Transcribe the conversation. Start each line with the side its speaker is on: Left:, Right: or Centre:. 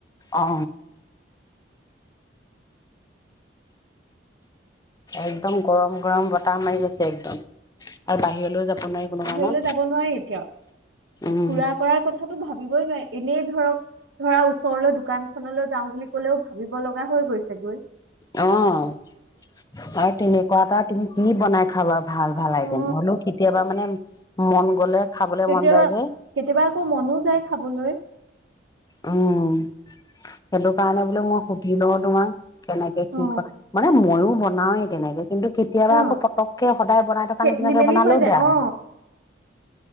Left: অ একদম গৰম গৰম বতাহ মাৰি গৈছে একদম আৰু বাহিৰলৈও যাব নোৱাৰি কোনো
Right: বাহিৰলৈ
Left: কাৰণত
Right: যাব নোৱাৰি এতিয়াও
Left: উম
Right: ফুৰা কৰাৰ কথাটো ভাবি ভাবিবই নোৱাৰি এনেই ধৰক ধৰা ওচৰলৈ দোকানখনলৈ যাও বুলি কলেও ভাবিব লগা হৈ গৈছে গৈ
Left: অ আৰু তেনেকুৱা এটা তুমি কি বনাই খাবা ভাল ভাল আইটেম
Right: অ
Left: হলেও কেতিয়াবা মানে মন গ'লে খাবলে
Right: কেতিয়াবা
Left: মন যায় যে
Right: কেতিয়াবা আকৌ মনো যায় খাবলৈ
Left: উম সেইটো কাৰণে বোলোমই সুধি লওঁ তোমাক কেনেকে
Right: অ
Left: কি ক মানে মইয়ো বনাওৱেই তেনেকে কিন্তু কেতিয়াবা
Right: অ
Left: আকৌ পতককে সদায় বনাই থকা
Right: খেলি
Left: নিচিনাকে
Right: মেলি
Left: বনালেও বেয়া হৈ
Right: অ
Left: যায়